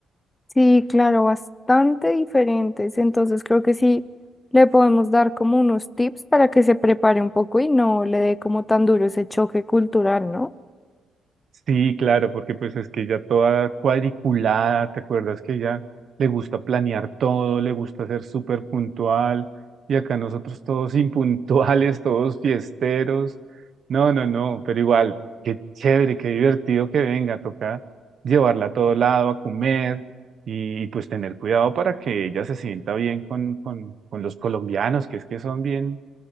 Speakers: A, on the left; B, on the right.
A: Sí, claro, bastante diferentes. Entonces creo que sí le podemos dar como unos tips para que se prepare un poco y no le dé como tan duro ese choque cultural, ¿no?
B: Sí, claro, porque pues es que ella toda cuadriculada, ¿te acuerdas que ella le gusta planear todo, le gusta ser súper puntual? Y acá nosotros todos <laughs> impuntuales, todos fiesteros. No, no, no, pero igual, qué chévere, qué divertido que venga, toca llevarla a todo lado a comer y, y, pues tener cuidado para que ella se sienta bien con, con, con los colombianos, que es que son bien,